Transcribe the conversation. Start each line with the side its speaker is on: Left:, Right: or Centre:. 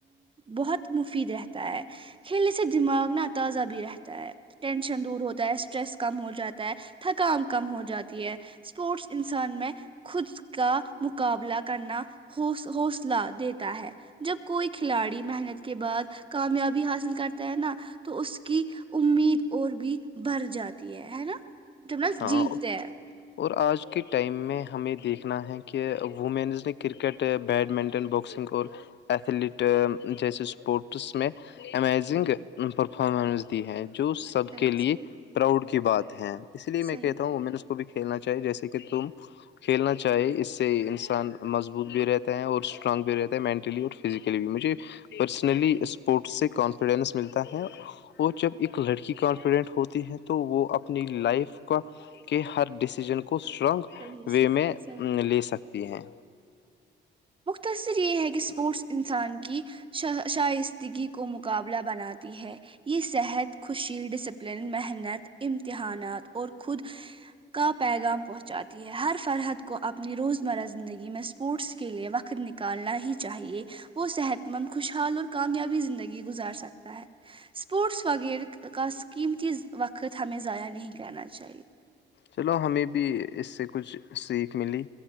Right: بہت مفید رہتا ہے کھیلنے سے دماغ ن تازہ بھی رہتا ہے ٹینشن دور ہوتا ہے اسٹریس کم ہو جاتا ہے تھکام کم ہو جاتی ہے اسپورٹس انسان میں خود کا مقابلہ کرنا حوصلہ دیتا ہے جب کوئی کھلاڑی محنت کے بعد کامیابی حاصل کرتا ہے نا تو اس کی امید اور بھی بڑ جاتی ہے ہے نا تو میں
Left: ہاں
Right: جیتے
Left: اور آج کے ٹائم میں ہمیں دیکھنا ہے کہ وومینز نے کرکٹ بیڈمنٹن باکسنگ اور ایتھلیٹ جیسے اسپورٹس میں امیزنگ پرفارمنس دی ہے جو سب
Right: صحیح
Left: کے لیے
Right: صحیح
Left: پراؤڈ کی بات ہے اس لیے
Right: صحیح
Left: میں کہتا ہوں وہ میں نے اس کو بھی کھیلنا جیسے کہ تم کھیلنا چاہے اس سے انسان مضبوط بھی رہتا ہے اور اسٹرانگ بھی رہتا ہے مینٹلی اور فزیکلی بھی مجھے پرسنلی اسپورٹس سے کانفیڈنس ملتا ہے اور جب ایک لڑکی کانفیڈنٹ ہوتی ہے تو وہ اپنی لائف کا کے ہر ڈسیزن کو کو اسٹرانگ
Right: صحیح صحیح
Left: وے میں
Right: صحیح
Left: لے سکتی ہیں
Right: مختصر یہ ہے کہ اسپورٹس انسان کی شائستگی کو مقابلہ بناتی ہے یہ صحت خوشی ڈسپلن محنت امتحانات اور خود کا پیغام پہنچاتی ہے ہر فرحت کو اپنی روزمرہ زندگی میں اسپورٹس کے لیے وقت نکالنا ہی چاہیے وہ صحت مند خوشحال اور کامیابی زندگی گزار سکتا ہے اسپورٹس وغیرہ کا اسکیم تھی وقت ہمیں ضائع نہیں کرنا چاہیے
Left: چلو ہمیں بھی اس سے کچھ سیکھ ملی